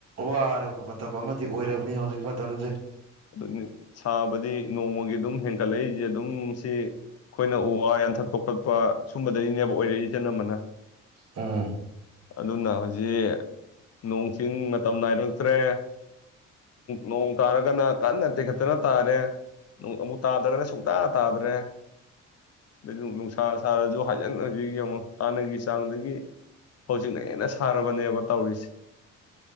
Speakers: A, on the right; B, on the left.
A: ꯋꯥꯔꯕ ꯃꯇꯝ ꯑꯃꯗꯤ ꯑꯣꯏꯔꯕꯅꯤ ꯍꯧꯖꯤꯛ ꯃꯇꯝꯁꯦ
B: ꯑꯗꯨ ꯁꯥꯕꯗꯤ ꯅꯣꯡꯃꯒꯤ ꯑꯗꯨꯝ ꯍꯦꯟꯀꯠꯂꯛꯏꯁꯦ ꯑꯗꯨꯝ ꯁꯤ ꯑꯩꯈꯣꯏꯅ ꯎ ꯋꯥ ꯌꯥꯟꯊꯠꯄ ꯈꯣꯠꯄ ꯁꯨꯝꯕꯗꯗꯒꯤꯅꯦꯕ ꯑꯣꯏꯔꯛꯏꯁꯅꯝꯕꯅ
A: ꯎꯝ
B: ꯑꯗꯨꯅ ꯍꯧꯖꯤꯛ ꯅꯣꯡ ꯆꯤꯡ ꯃꯇꯝ ꯅꯥꯏꯔꯛꯇ꯭ꯔꯦ ꯅꯣꯡ ꯇꯥꯔꯒꯅ ꯀꯟꯅ ꯇꯦꯛꯈꯠꯇꯅ ꯇꯥꯔꯦ ꯑꯃꯨꯛ ꯇꯥꯗ꯭ꯔꯒꯅ ꯁꯨꯡꯇꯥ ꯇꯥꯗ꯭ꯔꯦ ꯑꯗꯒꯤ ꯅꯨꯡꯁꯥ ꯁꯥꯔꯁꯨ ꯍꯥꯏꯖꯤꯟꯖꯤ ꯌꯦꯡꯉ ꯇꯥꯟꯅꯒꯤ ꯆꯥꯡꯗꯒꯤ ꯍꯧꯖꯤꯛꯅ ꯍꯦꯟꯅ ꯁꯥꯔꯕꯅꯦꯕ ꯇꯧꯔꯤꯁꯦ